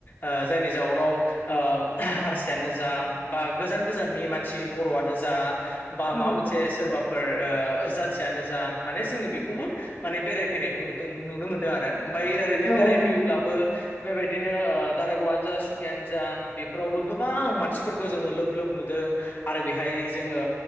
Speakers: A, on the left (about 35°); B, on the left (about 20°).
A: ओ जायनि जाउनाव ओ हारसायानो जा बा गोजान गोजाननि मानसि बर'आनो जा बा
B: औ
A: माबा मोनसे सोरबाफोर ओ जाथियानो जा माने जोङो बेखौबो माने बेरायफैनायखौ नुदो नुनो मोनदो आरो ओमफाय ओरैनो
B: औ
A: बेरायफैयोब्लाबो
B: औ नंगौ
A: बेबायदिनो ओ दारागावानो जा सुखियानो जा बेफोरावबो गोबां मानसिफोरखौ जोंङो लोब लोब नुदों आरो बेहाय जोंङो